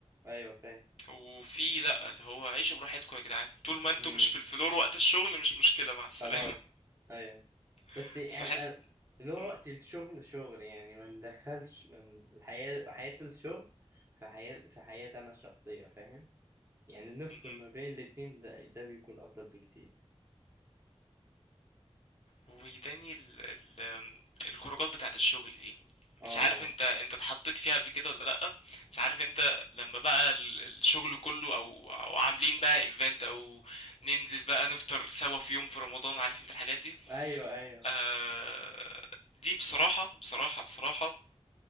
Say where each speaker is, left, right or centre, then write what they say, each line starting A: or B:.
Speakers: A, on the right; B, on the left.
A: ايوه فاهم
B: وفي لا اللي هو عيشوا براحتكم يا جدعان طول ما انتوا
A: امم
B: مش في الفلور وقت الشغل مش مشكلة مع السلامة
A: خلاص ايوه
B: <laughs>
A: بس يعني
B: بس بحس
A: أنا- اللي هو
B: مم،
A: وقت الشغل شغل يعني ما ندخلش من الحياه حياه الشغل في حياه في حياتي انا الشخصيه فاهم يعني نفس
B: مم.
A: ما بين الاتنين ده, ده بيكون أفضل بكتير
B: وتاني ال... ال... الخروجات بتاعت الشغل دي
A: اه
B: مش عارف انت انت اتحطيت فيها قبل كده ولا لا بس عارف انت لما بقى ال- الشغل كله او او عاملين بقى ايفنت او ننزل بقى نفطر سوا في يوم في رمضان عارف انت الحاجات دي
A: أيوه أيوه
B: آه دي بصراحة بصراحة بصراحة